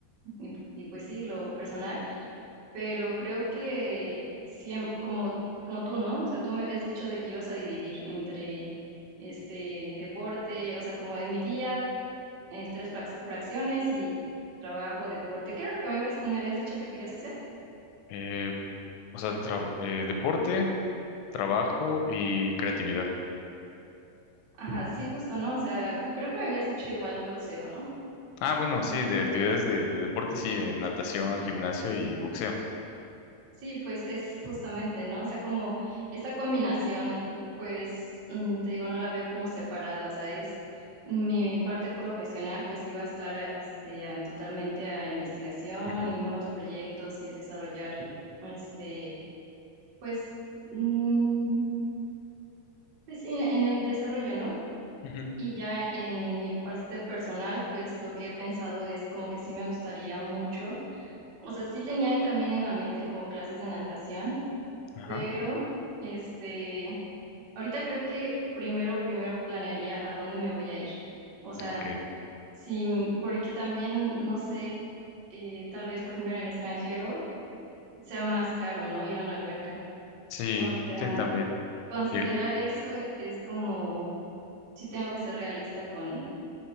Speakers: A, on the right (about 75°); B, on the left (about 85°).
A: y, y, pues sí, lo personal, pero creo que siempre, como, como tú, ¿no? O sea, tú me habías dicho de que ibas a dividir entre este deporte, o sea, como en mi día eh, tres frac- fracciones y trabajo, deporte. ¿Qué era lo que me ibas, me habías dicho que querías hacer?
B: Eh, o sea, tra- eh, deporte, trabajo y creatividad.
A: Ajá, sí, justo, ¿no? O sea, creo que me habías dicho igual boxeo, ¿no?
B: Ah, bueno, sí, de actividades de, de deporte, sí, eh, natación, gimnasio y boxeo.
A: Sí, pues es justamente, ¿no? O sea, como esta combinación, pues mm, te digo, no la veo como separada, o sea, es mi parte profesional, pues iba a estar a- este, a- totalmente a investigación
B: Ujú,
A: y nuevos proyectos y desarrollar, este, pues, mm, pues sí, en en el desarrollo, ¿no?
B: ujú,
A: Y ya en mi parte personal, pues lo que he pensado es como que sí me gustaría mucho. O sea, sí tenía también en la mente como clases de natación,
B: Ajá,
A: pero este, ahorita creo que primero, primero planearía a dónde me voy a ir. O sea,
B: ok.
A: sí, m- porque también, no sé, eh, tal vez, por ejemplo, en el extranjero sea más caro, ¿no? Ir a una alberca.
B: Sí,
A: O sea,
B: sí, también.
A: considerar
B: Y
A: eso e- es como, sí tengo que ser realista con,